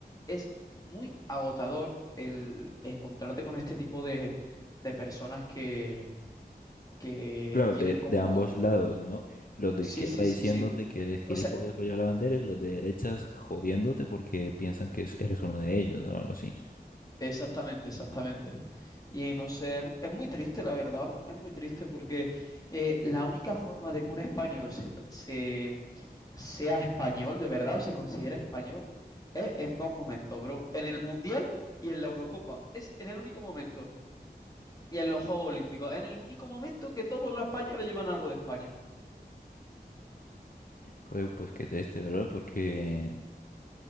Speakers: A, on the left; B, on the left.
A: es muy agotador el encontrarte con este tipo de, de personas que, que
B: Claro,
A: tienen
B: de,
A: como,
B: de ambos lados, ¿no? Los de
A: sí,
B: izquierda
A: sí,
B: diciéndote
A: sí, sí,
B: que eres
A: o
B: gilipollas
A: sea,
B: por llevar la bandera y los de derechas jodiéndote porque piensan que es- eres uno de ellos o algo así.
A: exactamente, exactamente. Y no sé, es muy triste la verdad, es muy triste porque eh, la única forma de que un español se, pre- se sea español, de verdad, o se considera español, es en dos momentos, bro. En el Mundial y en la Eurocopa. Es en el único momento. Y en los Juegos Olímpicos. En el único momento que todos los españoles llevan algo de España.
B: Joder, pues qué triste, ¿verdad? Porque,